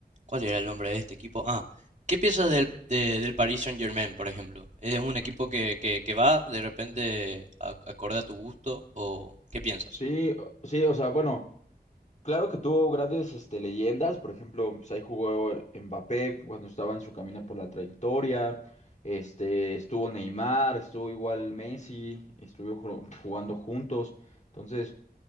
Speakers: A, on the right; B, on the left.
A: cuál era el nombre de este equipo? Ah, ¿qué piensas del, de- del Paris Saint-Germain, por ejemplo? ¿Es un equipo que, que, que va de repente a- acorde a tu gusto o qué piensas?
B: Sí, o- sí, o sea, bueno, claro que tuvo grandes este, leyendas, por ejemplo, pues ahí jugó Mbappé cuando estaba en su camino por la trayectoria, este, estuvo Neymar, estuvo igual Messi, estuvieron jugando juntos, entonces